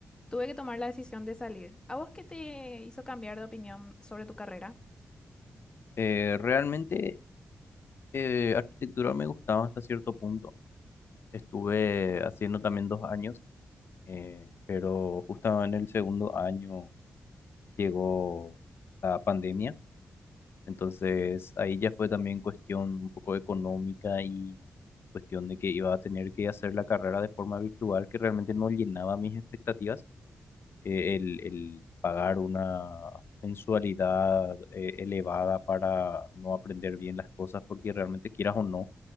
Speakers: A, on the left (about 20°); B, on the left (about 60°).
A: Tuve que tomar la decisión de salir. ¿A vos qué te hizo cambiar de opinión sobre tu carrera?
B: Eh, realmente, eh, arquitectura me gustaba hasta cierto punto. Estuve haciendo también dos años, eh, pero justo en el segundo año llegó la pandemia, entonces ahí ya fue también cuestión un poco económica y cuestión de que iba a tener que hacer la carrera de forma virtual, que realmente no llenaba mis expectativas, Eh, el, el pagar una mensualidad eh, elevada para no aprender bien las cosas, porque realmente quieras o no,